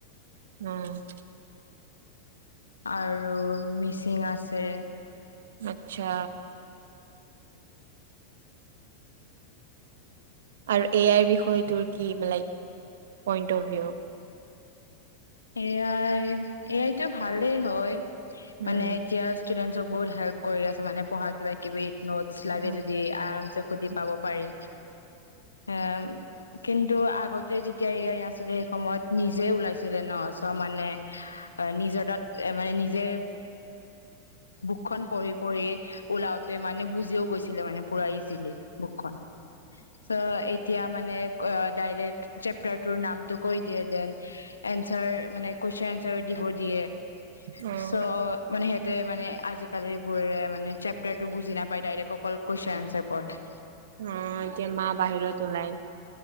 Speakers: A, on the right; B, on the left.
A: উম,
B: আৰু মিচিং আছে,
A: আচ্ছা আৰু এ আইৰ বিষয়ে টোৰ কি, like point of view?
B: A I, এ আইটো ভালেই হয়।
A: উম,
B: মানে এতিয়া ষ্টুদেন্ত বহুত হেল্প কৰি আছে মানে পঢ়া কিবা কিবি নোটছ লাগে
A: উম,
B: যদি আ সুধি
A: উম,
B: পাব পাৰি। এ কিন্তু, আগতে যেতিয়া এ আই নাছিলে, সেই সময়ত নিজে উলিয়াইছিল। ন চ মানে নিজৰ তাত মানে, নিজে বুক খন পঢ়ি পঢ়ি ওলাওতে মানে বুজিও গৈছিলে মানে পুৰা ইজিলি, বুকখন চ এতিয়া মানে, অ' ডাইৰেক্ট চেপটাৰটোৰ নামটো কৈ দিয়ে, দেন এনচাৰ মানে, কোৱেচন এনচাৰ দিব দিয়ে,
A: উম,
B: চ' মানে সিহঁতে, মানে আজিকালিৰ বোৰে মানে, চেপটাৰটো বুজি নাপায়, ডাইৰেক্ট অকল কুৱেশন আনচাৰ পঢ়ে।
A: অ' এতিয়া মা বাহিৰত ওলাই